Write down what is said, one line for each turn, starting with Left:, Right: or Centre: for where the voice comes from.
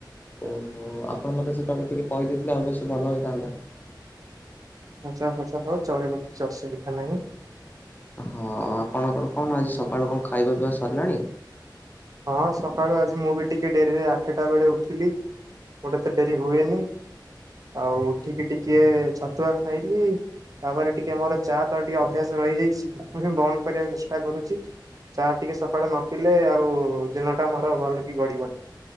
Left: ଓହୋ ଆପଣ ମୋତେ ସେତେବେଳକୁ ଟିକେ କହି ଦେଇଥିଲେ ଅବଶ୍ୟ ଭଲ ହୋଇ ଥାନ୍ତା।
Right: ଆଚ୍ଛା ଆଚ୍ଛା ହଉ ଚଳବ କିଛି ଅସୁବିଧା ନାହିଁ।
Left: ହଁ ଆପଣଙ୍କର କଣ ଆଜି ସକାଳୁ କଣ ଖାଇବା ପିଇବା ସ ସରିଲାଣି।
Right: ହଁ ସକାଳୁ ଆଜି ମୁଁ ବି ଟିକେ ଡେରିରେ ଆଠଟା ବେଳେ ଉଠିଲି ମୋର ଏତେ ଡେରି ହୁଏନି। ଆଉ ଉଠିକି ଟିକିଏ ଛତୁଆ ଖାଇଲି ତାପରେ ଟିକେ ମୋର ଚା ତ ଟିକେ ଅଭ୍ୟାସ ରହିଯାଇଛି <unintelligible> ବନ୍ଦ କରିବାକୁ ଚେଷ୍ଟା କରୁଛି ଚା ଟିକେ ସକାଳୁ ନ ପିଲେ ଆଉ ଦିନଟା ମୋର ଭଲ କି ଗଡିବନି